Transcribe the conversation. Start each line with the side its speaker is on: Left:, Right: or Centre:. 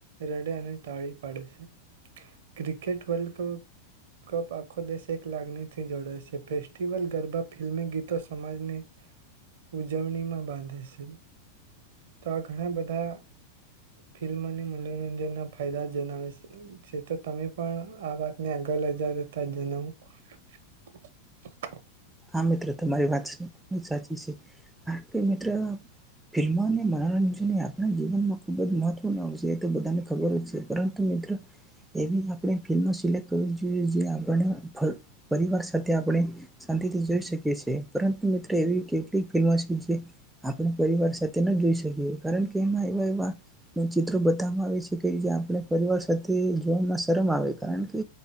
Right: રડે અને તાળી પાડે છે. ક્રિકેટ વર્લ્ડકપ કપ આખો દેશ એક લાગણીથી જોડાય છે. ફેસ્ટિવલ, ગરબા, ફિલ્મી ગીતો, સમાજની ઉજવણીમાં બાંધે શે તો આ ઘણા બધા ફિલ્મ અને મનોરંજનના ફાયદા જણાવે છે તો તમે પણ આ વાત ને આગળ વધારી <unintelligible>
Centre: હા મિત્ર, તમારી વાત છે ઈ સાચી છે કારણ કે મિત્ર ફિલ્મો ને મનોરંજનને આપણા જીવનમાં ખુબ જ મહત્વનું આવશે એ તો બધાને ખબર જ છે. પરંતુ મિત્ર એવી આપણે ફિલ્મ સિલેક્ટ કરવી જોઈએ જે આપને ફ પરિવાર સાથે આપણે શાંતિથી જોઈ શકીએ છીએ પરંતુ મિત્ર એવી કેટલીક ફિલ્મો છે જે આપણે પરિવાર સાથે ન જોઈ શકીએ. કારણ કે એમાં એવા એવા ચિત્રો બતાવામાં આવે છે કે જે આપણે પરિવાર સાથે જોવામાં શરમ આવે. કારણ કે